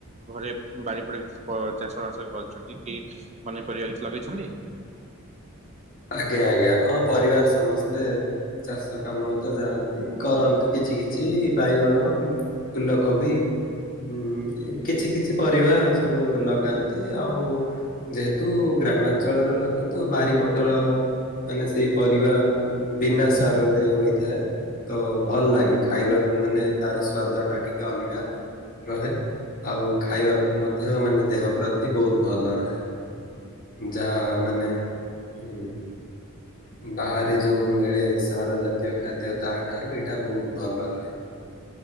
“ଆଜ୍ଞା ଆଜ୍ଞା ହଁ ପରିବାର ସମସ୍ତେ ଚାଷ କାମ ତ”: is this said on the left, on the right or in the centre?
Left